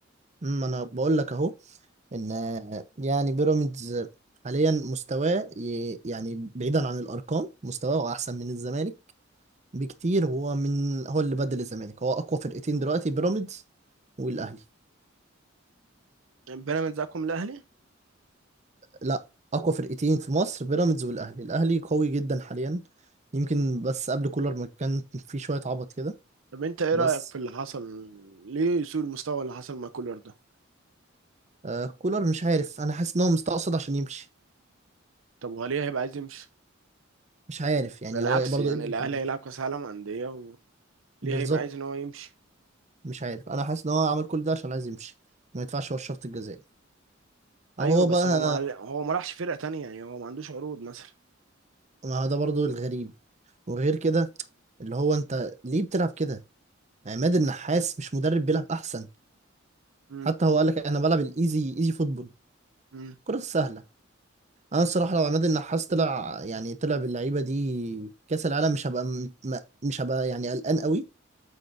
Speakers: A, on the right; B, on the right.
A: مم. انا بقول لك اهو ان يعني بيراميدز حاليا مستواه ي... يعني بعيدا عن الارقام مستواه احسن من الزمالك بكتير هو من هو اللي بدل الزمالك هو اقوى فرقتين دلوقتي بيراميدز والاهلي
B: بيراميدز اقوى من الاهلي
A: لا اقوى فرقتين في مصر بيراميدز والاهلي الاهلي قوي جدا حاليا يمكن بس قبل كولر ما كان في شوية عبط كده
B: طب انت ايه
A: بس
B: رايك في اللي حصل ليه سوء المستوى اللي حصل مع كولر ده
A: آه كولر مش عارف انا حاسس ان هو مستقصد عشان يمشي
B: طب وهل هيبقى عايز يمشي
A: مش عارف يعني
B: بالعكس
A: هو برضه
B: يعني
A: ايه اللي
B: الاهلي
A: هيخليه يمشي
B: هيلعب كاس عالم انديه وليه
A: بالظبط
B: هيبقى عايز ان هو يمشي
A: مش عارف انا حاسس ان هو عمل كل ده عشان عايز يمشي ما يدفعش هو الشرط الجزائي
B: ايوه
A: او هو
B: بس
A: بقى
B: هو ما هو ما راحش فرقه تانية يعني هو ما عندوش عروض مثلا
A: ما هو ده برضه الغريب وغير كده اللي هو انت ليه بتلعب كده عماد النحاس مش مدرب بيلعب احسن
B: امم
A: حتى هو قال لك انا بلعب الايزي ايزي فوتبول
B: امم
A: الكرة السهلة انا الصراحة لو عماد النحاس طلع يعني طلع باللعيبة دي كأس العالم مش هبقى م- م- مش هبقى يعني قلقان قوي